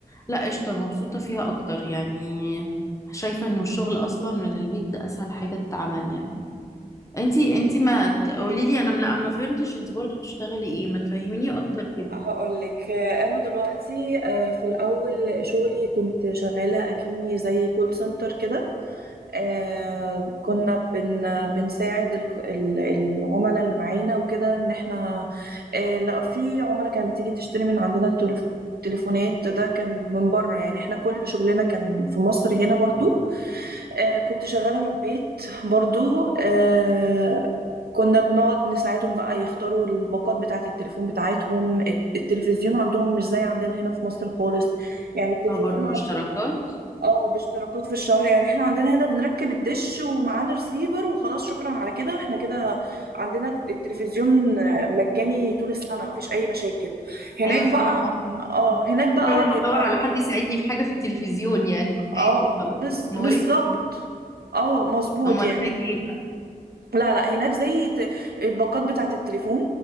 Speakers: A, on the left; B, on the right.
A: لا قشطه مبسوطه فيها اكتر يعني شايفه انه الشغل اصلا من البيت ده اسهل حاجه تتعمل يعني انتي انتي ما تقولي لي انا م- لا ما فهمتش انتي برضو بتشتغلي ايه ما تفهميني اكتر كده
B: هقولك آه، انا دلوقتي آه، في الاول شغلي كنت شغالة اكني زي كول سنتر كده آه كنا بن بنساعد الك- ال- العملاء اللي معانا وكده ان احنا آه لا في عملاء كانت بتيجي تشتري من عندنا التليف- التليفونات ده كان من بره يعني احنا كل شغلنا كان في مصر هنا برضو آه كنت شغالة من البيت برضو آه كنا بنقعد نساعدهم بقى يختاروا الباقات بتاعة التلفون بتاعتهم الت- التلفزيون عندهم مش زي عندنا هنا في مصر خالص يعني التلفزيون
A: اه برضو اشتراكات
B: اه باشتراكات في الشهر يعني احنا عندنا هنا بنركب الدش ومعانا ريسيفر وخلاص شكرا على كده احنا كده عندنا التلفزيون آه، مجاني طول السنة مفيش أي مشاكل هناك
A: ايوه
B: بقى
A: صح عادي.
B: اه هناك بقى
A: انا بروح
B: بيبقى
A: ادور على حد يساعدني في حاجه في التلفزيون يعني عادي
B: اه
A: خلاص
B: بز...
A: موري
B: بالظبط اه مظبوط
A: اما
B: يعني
A: هناك ايه بقى
B: لا لا هناك زي ت- الباقات بتاعة التليفون